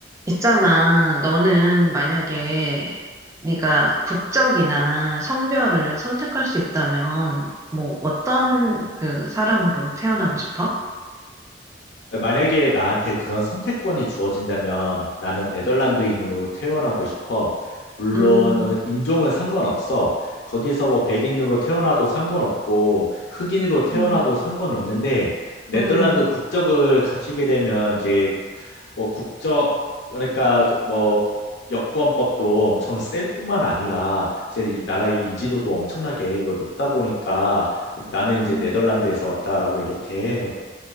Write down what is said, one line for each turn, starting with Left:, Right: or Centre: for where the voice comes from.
Right: 있잖아. 너는 만약에 네가 국적이나 성별을 선택할 수 있다면 뭐 어떤 그 사람으로 태어나고 싶어?
Left: 만약에 나한테 그런 선택권이 주어진다면 나는 네덜란드인으로 태어나고 싶어. 물론
Right: 음,
Left: 어, 인종은 상관없어. 거기서 뭐 백인으로 태어나도 상관없고 흑인으로 태어나도
Right: 음,
Left: 상관없는데 네덜란드
Right: 음,
Left: 국적을 가지게 되면 이제 뭐 국적 그러니까 그뭐 여권법도 엄청 셀 뿐만 아니라 이제 이 나라의 인지도도 엄청나게 그 높다 보니까 나는 이제
Right: 음.
Left: 네덜란드에서 왔다라고 이렇게